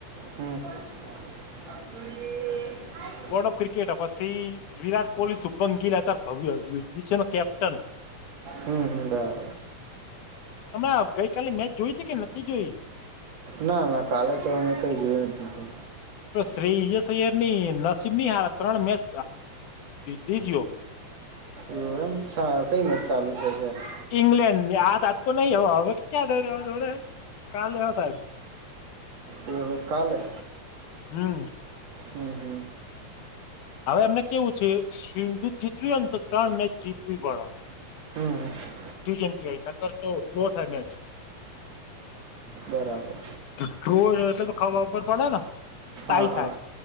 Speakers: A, on the right; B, on the left.
A: હું હ પ્રાનસુડિએ અએ
B: ગોર્ડ ઓફ ક્રિકેટ પછી વિરાટ કોહલી શુભંગ ગીલ અતાર ભવિવિષ્ય નો કેપ્ટન.
A: હમ હમ બરા
B: તમે એમ ગઈકાલે મેચ જોઈ હતી કે નતી જોઈ
A: ના ના કાલે તો મે કઈ જોયા જ નથી.
B: તો શ્રી જ સૈયર ની નસીબ ની હાર ત્રણ મેચ રીજયો-
A: એવું એમ કઈ મેચ ચાલુ છે અત્યારે-
B: ઈંગ્લેન્ડ આજ આજ તો નહી હવે ક્યા દ કાલે સાહેબ
A: એ કાલે-
B: હમ
A: હમ હમ
B: હવે એમને કેવું છે શ <unintelligible> જીતવી હોય તો ત્રણ મેચ જીતવી પડે
A: હમ હમ
B: ટી ટ્વેન્ટી આઈ ન કર તો ડ્રો થાય મેચ
A: બરાબર
B: ર તો તો ખાવા ઉપર પડે ને <unintelligible>
A: હા હા
B: થાય